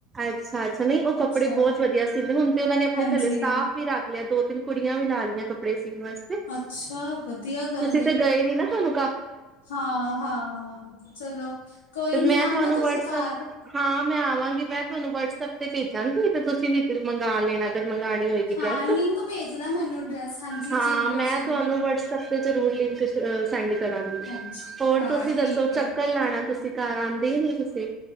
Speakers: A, on the right; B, on the left.
A: ਅੱਛਾ ਅੱਛਾ ਨਹੀਂ ਉਹ ਕੱਪੜੇ
B: ਅੱਛਾ,
A: ਬਹੁਤ ਵਧੀਆ ਸਿੰਦੇ, ਹੁਣ ਤੇ ਉਹਨਾਂ ਨੇ ਆਪਣੇ
B: ਹਾਂਜੀ।
A: ਥੱਲੇ ਸਟਾਫ਼ ਵੀ। ਰੱਖ ਲਿਆ, ਦੋ ਤਿੰਨ ਕੁੜੀਆਂ ਵੀ ਲਾ ਲਈਆਂ ਕੱਪੜੇ ਸੀਣ ਵਾਸਤੇ।
B: ਅੱਛਾ ਵਧੀਆ ਗੱਲ।
A: ਤੁਸੀਂ ਤੇ ਉੱਥੇ ਗਏ ਨੀ ਨਾ, ਹੁਣ।
B: ਹਾਂ ਹਾਂ ਚਲੋ ਕੋਈ
A: ਤੇ
B: ਨੀ
A: ਮੈਂ ਤੁਹਾਨੂੰ
B: ਆਉਣਾ ਤੁਸੀਂ
A: ਵਟਸਐਪ
B: ਘਾਰ।
A: ਹਾਂ ਮੈਂ ਆਵਾਂਗੀ ਮੈਂ ਤੁਹਾਨੂੰ ਵਟਸਐਪ ਤੇ ਭੇਜਾਂਗੀ ਤੇ ਤੁਸੀਂ ਏਧਰ ਮੰਗਾਂ ਲੈਣਾ। ਜਦ ਮੰਗਾਉਣੀ ਹੋਏਗੀ
B: ਹਾਂ,
A: ਡਰੈੱਸ
B: ਲਿੰਕ ਭੇਜਣਾ ਮੈਨੂੰ ਡਰੈਸ ਹਾਂਜੀ
A: ਹਾਂ
B: ਜ਼ਰੂਰ-ਜ਼ਰੂਰ।
A: ਮੈਂ ਤੁਹਾਨੂੰ ਵਟਸਐਪ ਤੇ ਜਰੂਰ ਲਿੰਕ। ਅ ਸੈਂਡ ਕਰਾਂਗੀ,
B: ਹਾਂਜੀ,
A: ਹੋਰ
B: ਹਾਂ
A: ਤੁਸੀਂ ਦੱਸੋ
B: ਠੀਕ
A: ਚੱਕਰ
B: ਏ।
A: ਲਾਉਣਾ ਤੁਸੀਂ ਘਰ ਆਉਂਦੇ ਹੀ ਨਹੀਂ ਤੁਸੀਂ।